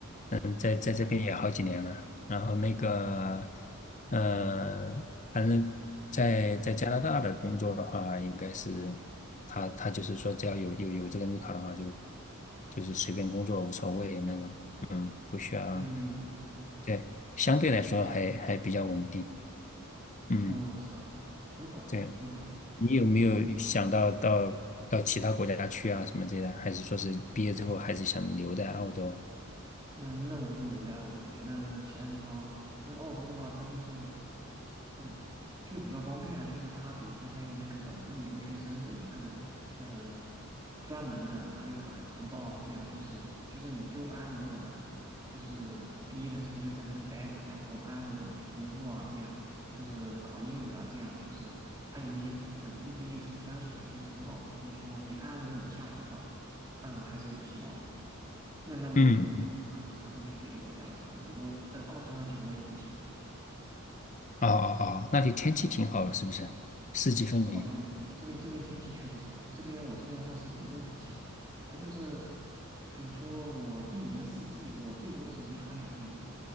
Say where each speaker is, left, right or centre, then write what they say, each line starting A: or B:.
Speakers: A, on the left (about 35°); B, on the right (about 20°).
A: 嗯，在在这边也好几年了，然后那个，呃，反正在在加拿大的工作的话，应该是他他就是说，只要有有有这个绿卡的话就，就是随便工作无所谓那种，嗯，不需要，
B: 嗯
A: 对，相对来说还还比较稳定，嗯，
B: 嗯，是，很好很好。
A: 对，你有没有想到到到其他国家去啊什么之类的，还是说是毕业之后还是想留在澳洲？
B: 嗯，那我就留在澳洲呗。那其他地方，那澳洲的话，它就是，嗯，就比较方便啊。就是它，比如说它有那个本地留学生的一个呃专门的拿绿卡的通道啊，这样就是就是你就安安稳稳的，就是毕业了之后就在这边待着，然后安安稳稳的去工作啊，这样就是考英语啊，这样就是它有一些本地毕业生专属的一些通道的。所以说你安安稳稳的下来的话，嗯，还是有希望的。那那我就啊去折腾去别的国家了什么的。
A: 嗯，
B: 我呃，澳洲而且我也很喜欢。
A: 哦哦哦，那里天气挺好的，是不是？四季分明。
B: 哦，对对，这边这边天气确实是好。这边我这边的话是地中海气候，它就是，比如说我一年四季，我最多的时候就穿两件衣服，